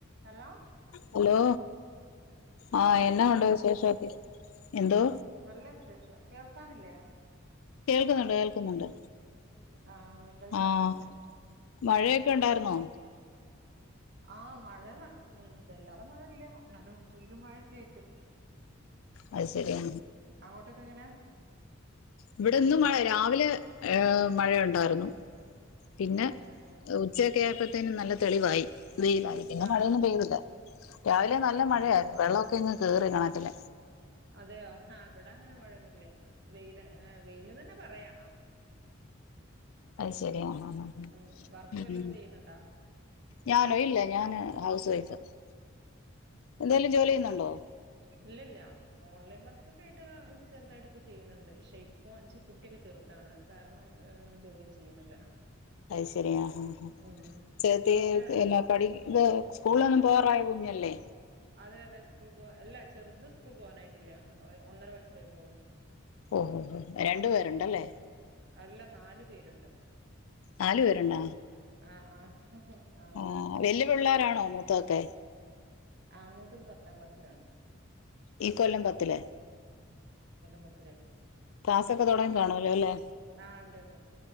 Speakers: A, on the right; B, on the left.
A: Hello
B: hello
A: ആഹ്
B: ആഹ
A: കേൾക്കാനില്ലേ
B: എന്നാ ഉണ്ട് വിശേഷോക്കെ എന്തോ
A: നല്ല വിശേഷം കേൾക്കാനില്ലേ
B: കേൾക്കുന്നുണ്ട് കേൾക്കുന്നുണ്ട്
A: ആഹ് എന്താ വിശേഷം
B: ആഹ മഴയൊക്കെ ഉണ്ടായർന്ന് ഓ
A: ആഹ മഴ വെല്ലാതെ മഴ ഇല്ല ന്നാലും വെയിലും മഴയൊക്കെ ആയിറ്റ്
B: അതുശെരിആ
A: അങ്ങോട്ടൊക്കെ എങ്ങനെ
B: ഇവിടെ ഇന്ന് മഴ രാവിലെ ഏ മഴയുണ്ടാരുന്നു പിന്നെ
A: അതെ ആഹ്
B: ഉച്ചയൊക്കെ ആയപ്പഴത്തേനും നല്ല തെളിവായി വെയിലായി പിന്നെ
A: ആഹ്
B: മഴയൊന്നും പെയ്തില്ല രാവിലെ നല്ല
A: ആഹ് ഇവി
B: മഴയാരുന്നു വെള്ളൊക്കെയങ്ങ് കയറി കണക്കില
A: അതെയോ ആ ഇവിടങ്ങനെ മഴയൊന്നില്ല വെയില് വെയില്ന്നെന്നെ പറയാം
B: അത് ശരിയാ ഹാ ഹ
A: ആഹ് വർക്ക്
B: ഹാ
A: വല്ലതും ചെയ്യുന്നുണ്ടോ
B: ഞാനോ ഇല്ല ഞാന് ഹൗസ് വൈഫ് ആ എന്തെലും ജോലി ചെയുന്നുണ്ട ഓ
A: ഇല്ല ഇല്ല ഓൺലൈൻ വർക്കൊക്കെ ആയിട്ട് ചെറുതായിട്ടൊക്കെ ചെയ്യുന്നുണ്ട് പക്ഷെ ഇപ്പൊ കുട്ടിക്കെ ചെറുതാണ് അത് കാരണം ജോലിയൊന്നും ചെയ്യുന്നില്ല
B: അത് ശരിയാ ആ ആ
A: ഉം
B: ചേത്തി
A: കുട്ടികളൊക്കെ
B: പിന്നെ പഠിക്ക സ്കൂളോ പോറായ കുഞ്ഞല്ലേ
A: അതെ അതെ സ്കൂൾ പോ അല്ല ചെറുത് സ്കൂൾ പോവാനായിട്ടില്ല ഒന്നര വയസായിട്ടോള്ളൂ
B: ഓ ഓ ഓ രണ്ടു പേരുണ്ടല്ലേ
A: ആഹ് അല്ല നാലു പേര് രണ്ട്
B: നാലു പേരുണ്ട
A: ആ ആ ആ
B: ആഹ് വല്ല് പുള്ളേരാണോ മൂത്തൊക്കെ
A: ആ മൂത്തത് പത്താം ക്ലാസ്സിലാണ്
B: ഈ കൊല്ലം പത്തില്
A: പത്തില്
B: ക്ലാസ്സൊക്കെ തുടങ്ങി കാണുവലോ അല്ലേ
A: ആ ഉണ്ട്ണ്ട്